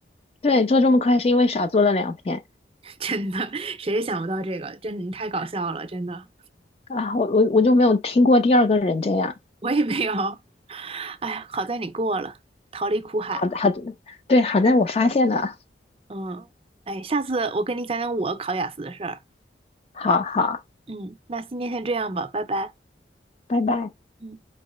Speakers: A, on the left; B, on the right.
A: 对，做这么快是因为少做了两篇
B: <laughs> 真的，谁也想不到这个，真的你太搞笑了，真的，
A: 啊，我我我就没有听过第二个人这样。
B: 我也没有。哎呀，好在你过了，逃离苦海。
A: 好的，好的，对，好在我发现了，
B: 嗯，哎，下次我跟你讲讲我考雅思的事儿。
A: 好好，
B: 嗯，那今天先这样吧，拜拜。
A: 拜拜。
B: 嗯。